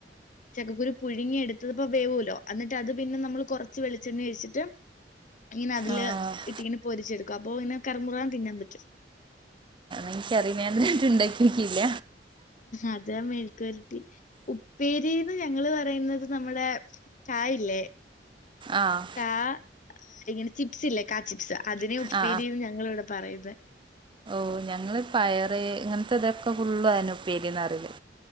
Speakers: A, on the left; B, on the right.
A: ചക്കക്കുരു പുഴുങ്ങി എടുത്തത് അപ്പൊ വേവൂലോ എന്നിട്ട് അത് പിന്നെ നമ്മള് കൊറച്ച് വെളിച്ചെണ്ണ ഒഴിച്ചിട്ട് ഇങ്ങനെ അതില്
B: ആഹ്
A: ഇട്ടിങ്ങനെ പൊരിച്ചെടുക്കും അപ്പൊ ഇങ്ങനെ കറമുറാ തിന്നാൻ പറ്റും
B: എനിക്കറിയാം ഞാൻ എന്നിട്ട് ഇണ്ടാക്കി നോക്കിയില്ല
A: അതാ മെഴുക്കുവരട്ടി ഉപ്പേരീന്ന് ഞങ്ങള് പറയുന്നത് നമ്മുടെ ചായയില്ലേ
B: ആഹ്
A: ആഹ് ഇങ്ങനെ ചിപ്സ് ഇല്ലേ കാ ചിപ്സ് അതിനെയാ ഉപ്പേരീന്ന്
B: ആ ആ
A: ഞങ്ങള് ഇവിടെ പറയുന്നെ
B: ഓ ഞങ്ങള് പയറ് ഇങ്ങനത്തെ ഇതൊക്കെ ഫുള്ളും ആണ് ഉപ്പേരീന്ന് പറയല്